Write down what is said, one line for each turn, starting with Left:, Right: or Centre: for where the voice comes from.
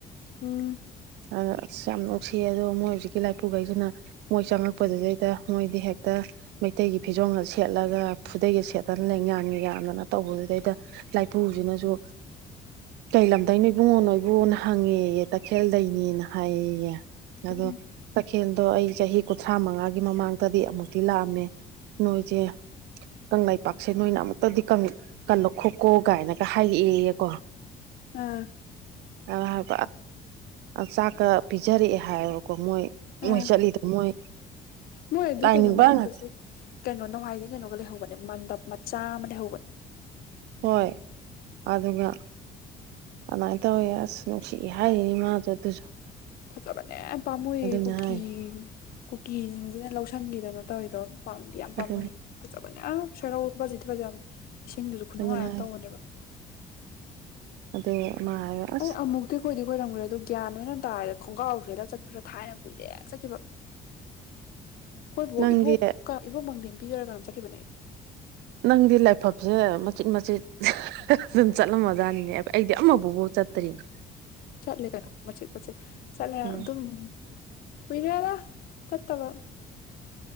Left: ꯎꯝ
Right: ꯑꯥ ꯑꯁ ꯌꯥꯝ ꯅꯨꯡꯁꯤꯑ ꯑꯗꯣ ꯃꯣꯏ ꯍꯧꯖꯤꯛꯀꯤ ꯂꯥꯏꯄꯨꯕꯩꯗꯨꯅ ꯃꯣꯏ ꯆꯪꯉꯛꯄꯗꯨꯗꯩꯗ ꯃꯣꯏꯗꯤ ꯍꯦꯛꯇ ꯃꯩꯇꯩꯒꯤ ꯐꯤꯖꯣꯜꯒ ꯁꯦꯠꯂꯒ ꯐꯗꯩꯒ ꯁꯦꯠꯠꯇꯅ ꯂꯦꯡꯌꯥꯟꯒ ꯌꯥꯝꯗꯅ ꯇꯧꯕꯗꯨꯗꯩꯗ ꯂꯥꯏꯄꯨꯁꯤꯅꯁꯨ ꯀꯩ ꯂꯝꯗꯩꯅꯣ ꯏꯕꯨꯡꯉꯣ ꯅꯣꯏꯕꯨꯅ ꯍꯪꯉꯦꯌꯦ ꯇꯈꯦꯜꯗꯩꯅꯤꯅ ꯍꯥꯏꯌꯦ
Left: ꯎꯝ
Right: ꯑꯗꯣ ꯇꯈꯦꯜ ꯑꯗꯣ ꯑꯩ ꯆꯍꯤ ꯀꯨꯟꯊ꯭ꯔꯥ ꯃꯉꯥꯒꯤ ꯃꯃꯥꯡꯗꯗꯤ ꯑꯃꯨꯛꯇꯤ ꯂꯥꯛꯑꯝꯃꯦ ꯅꯣꯏꯁꯦ ꯀꯪꯂꯩꯄꯥꯛꯁꯦ ꯅꯣꯏꯅ ꯑꯃꯨꯛꯇꯗꯤ ꯀꯪ ꯀꯪꯂꯛ ꯈꯣꯀꯣ ꯀꯥꯏꯅꯒ ꯍꯥꯏꯌꯦꯑꯌꯦꯀꯣ
Left: ꯑꯥ
Right: ꯍꯥꯏ ꯑꯁ ꯆꯥꯛꯀ ꯄꯤꯖꯔꯛꯑꯦ ꯍꯥꯏꯌꯦꯕꯀꯣ ꯃꯣꯏ ꯃꯣꯏ
Left: ꯑꯥ
Right: ꯆꯠꯂꯤꯗ ꯃꯣꯏ
Left: ꯃꯣꯏ ꯑꯗꯨ
Right: ꯂꯥꯏꯅꯤꯡꯕ
Left: ꯀꯩꯅꯣ ꯃꯅꯨꯡꯗꯁꯨ
Right: ꯉꯥꯛ
Left: ꯀꯩꯅꯣ ꯅꯃꯥꯏꯗꯤ ꯀꯩꯅꯣꯒ ꯂꯩꯍꯧꯕꯅꯦ ꯃꯟꯗꯗꯄ ꯆꯥꯝꯃ ꯂꯩꯍꯧꯕꯅꯤ
Right: ꯍꯣꯏ ꯑꯗꯨꯒ ꯀꯃꯥꯏꯅ ꯇꯧꯋꯦ ꯑꯁ ꯅꯨꯡꯁꯤꯑ ꯍꯥꯏꯔꯤꯅꯤ ꯃꯥꯁꯨ ꯑꯗꯨꯁꯨ
Left: ꯐꯆꯅꯦ ꯄꯝꯃꯨꯍꯑꯦ
Right: ꯑꯗꯨꯅ
Left: ꯀꯨꯀꯤ
Right: ꯍꯥꯏꯔꯦ
Left: ꯀꯨꯀꯤ ꯖꯤꯡ ꯅꯤꯅ ꯂꯧꯁꯤꯟꯈꯤꯗꯅ ꯇꯧꯔꯤꯗꯣ ꯄꯥꯝꯗꯤ ꯌꯥꯝ
Right: ꯑꯗꯨꯅꯤ
Left: ꯄꯥꯝꯃꯨ ꯐꯖꯕꯅꯦ ꯑ <unintelligible> ꯏꯁꯤꯡꯗꯨꯁꯨ ꯈꯨꯅꯨꯡꯉꯥꯏ
Right: ꯑꯗꯨꯅ
Left: ꯑꯃ
Right: ꯍꯥꯏ
Left: ꯇꯧꯕꯅꯦꯕ
Right: ꯑꯗꯨ ꯃꯥ ꯍꯥꯏꯕ ꯑꯁ
Left: ꯑꯩ ꯑꯃꯃꯨꯛꯗꯤ ꯀꯨꯏꯗꯤ ꯀꯨꯏꯔꯝꯈꯤꯔꯣꯏ ꯑꯗꯨ ꯒ꯭ꯌꯥꯟꯣꯏ ꯑꯣꯏꯅ ꯇꯥꯔꯗ ꯈꯣꯡꯒ꯭ꯔꯥꯎꯁꯦꯂ ꯆꯠꯄ꯭ꯔꯗ ꯊꯥꯏꯅ ꯀꯨꯏꯔꯦ ꯆꯠꯈꯤꯕ ꯑꯩꯈꯣꯏꯕꯨ
Right: ꯅꯪꯗꯤ
Left: ꯏꯕꯣꯛ ꯏꯕꯣꯛ ꯃꯪꯂꯦꯝ ꯄꯤꯖꯔ ꯀꯅꯝ ꯆꯠꯈꯤꯕꯅꯦ ꯑꯩꯗ
Right: ꯅꯪꯗꯤ ꯂꯥꯏꯐꯝꯁꯦ ꯃꯆꯤꯠ ꯃꯆꯤꯠ ꯑꯗꯨꯝ ꯆꯠꯂꯝꯃꯖꯥꯠꯅꯤꯅꯦ ꯑꯩꯗꯤ ꯑꯃꯕꯨꯥꯎꯕ ꯆꯠꯇ꯭ꯔꯤꯅꯦ
Left: ꯆꯠꯂꯦ ꯀꯩꯅꯣ ꯄꯦ ꯄꯦ ꯆꯠꯂ
Right: ꯎꯝ
Left: ꯑꯗꯨꯝ ꯀꯨꯏꯔꯂ ꯇꯠꯇꯕ